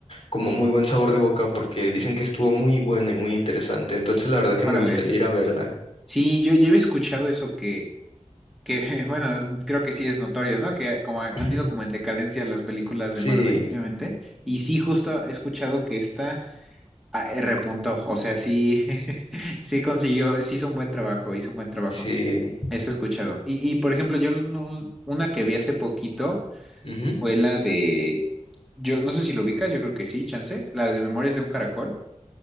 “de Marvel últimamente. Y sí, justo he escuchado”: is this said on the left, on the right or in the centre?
Centre